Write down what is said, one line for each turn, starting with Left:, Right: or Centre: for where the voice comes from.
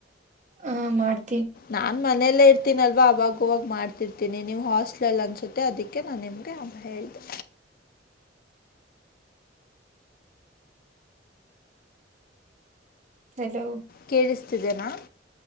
Right: ಹ ಮಾಡ್
Left: ನಾನ್ ಮಾಡ ಮನೆಯಲ್ಲೇ ಇರ್ತೀನಲ್ವ ಅವಾಗವಾಗ ಮಾಡ್ತಿರ್ತೀನಿ ನೀವು ಹಾಸ್ಟ್ಲಲ್ ಅನ್ಸುತ್ತೆ ಅದಕ್ಕೆ ನಾನು ನಿಮಗೆ ಹೇಳಿದೆ
Right: ಹಲೋ
Left: ಕೇಳಿಸ್ತಿದೆೇನಾ